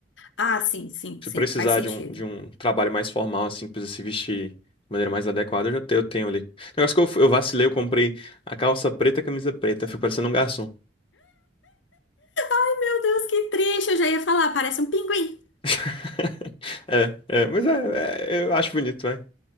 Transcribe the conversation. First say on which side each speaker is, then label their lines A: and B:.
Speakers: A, on the left; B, on the left.
A: Ah, sim, sim,
B: Se
A: sim,
B: precisar
A: faz sentido.
B: de um, de um trabalho mais formal, assim, precisa se vestir de maneira mais adequada, eu já tenho, eu tenho ali. Negócio que eu, fu- eu vacilei, eu comprei a calça preta e a camisa preta. Eu Fico parecendo um garçom.
A: Ai, meu Deus, que triste, eu já ia falar, parece um pinguim.
B: <laughs> É, é, mas é, é, eu acho bonito, vai.